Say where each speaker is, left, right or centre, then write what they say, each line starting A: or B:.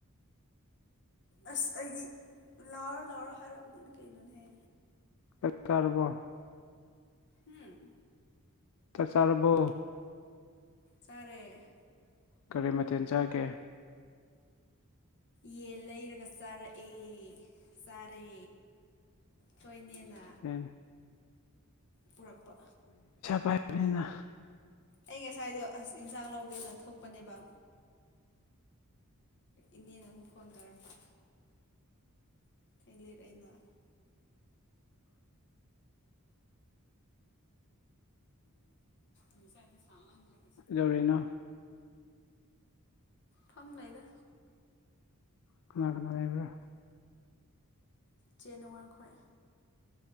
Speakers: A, on the left; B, on the left.
A: ꯑꯁ ꯑꯩꯗꯤ ꯂꯥꯎꯔ ꯂꯥꯎꯔ ꯍꯥꯏꯔꯕꯅꯤ ꯀꯩꯅꯣꯅꯦ
B: ꯆꯥꯛ ꯆꯥꯔꯕꯣ
A: ꯎꯝ
B: ꯆꯥꯛ ꯆꯥꯔꯕꯣ
A: ꯆꯥꯔꯦ
B: ꯀꯔꯤ ꯃꯊꯦꯜ ꯆꯥꯒꯦ
A: ꯌꯦꯟ ꯂꯩꯔꯒ ꯆꯥꯔꯛꯑꯦ ꯆꯥꯔꯦ ꯈꯣꯏ ꯏꯅꯦꯅ
B: ꯑꯦ
A: ꯄꯨꯔꯛꯄ
B: ꯄꯥꯏꯕꯅꯤꯅ
A: ꯑꯩ ꯉꯁꯥꯏꯗꯣ ꯑꯁ ꯏꯟꯁꯥꯡ ꯂꯧꯒꯦꯅ ꯊꯣꯛꯄꯅꯦꯕ ꯏꯅꯦꯅ ꯑꯃꯨꯛ ꯐꯣꯟ ꯇꯧꯔꯛꯄ ꯑꯩꯅ ꯉꯁꯥꯏꯗꯣ ꯁꯃꯟꯕꯒꯤ
B: ꯀꯩꯗꯧꯔꯤꯅꯣ
A: ꯐꯝ ꯂꯩꯗ
B: ꯀꯅꯥ ꯀꯅꯥ ꯂꯩꯕ꯭ꯔꯥ
A: ꯆꯦ ꯅꯋꯥꯡꯈꯣꯏ